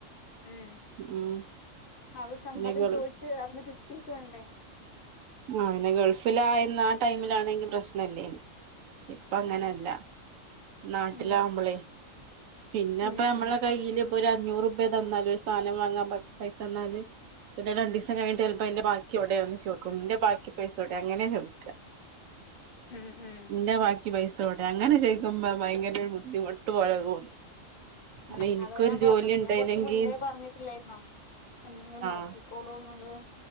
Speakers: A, on the left; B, on the right.
A: ഏഹ്
B: ഉം
A: അത് സമ്മതം
B: പിന്നെ ഗൾ
A: ചോയിച്ച് അവിടുന്ന് കിട്ടീട്ട് വേണ്ടേ
B: ആ പിന്നെ ഗൾഫിൽ ആയിന്ന ആ ടൈമിലാണെങ്കിൽ പ്രശ്നമില്ലേന്ന് ഇപ്പ
A: ഉം
B: അങ്ങനെയല്ല നാട്ടിലാമ്പളേ
A: ഉം
B: പിന്നെ
A: ഉം
B: അപ്പ നമ്മളെ
A: ഉം
B: കയ്യില് ഇപ്പൊ ഒരു അഞ്ഞൂറ് റൂപ്യാ തന്നാലൊരു സാധനം വാങ്ങാൻ പ പയ് സന്നാല് പിന്നെ രണ്ട് ദേസം കഴിഞ്ഞിട്ട് ചെലപ്പോ അയിന്റെ ബാക്കിയെവെടെന്ന് ചോക്കും ഇന്റെ ബാക്കി പൈസ എവെടെ അങ്ങനേ ചോയ്ക
A: ഉം ഉം
B: ഇന്റെ ബാക്കി എനിക്കി പൈസോടെ അങ്ങനെ ചോക്കുമ്പ ഭയങ്കര ഒരു ബുദ്ധിമുട്ട് പോലെ തോന്നും
A: മ്മ്
B: അല്ല എനിക്കൊരു
A: അതാ ഞാൻ പറഞ്ഞത്
B: ജോലി ഉണ്ടായിനെങ്കിൽ
A: ഞാൻ കുറച്ച് മുൻപേ പറഞ്ഞിട്ടിലെയിരുന്നോ എന്തെങ്കിലും
B: ആഹ്
A: നോക്കിക്കോളൂ എന്നുള്ളത്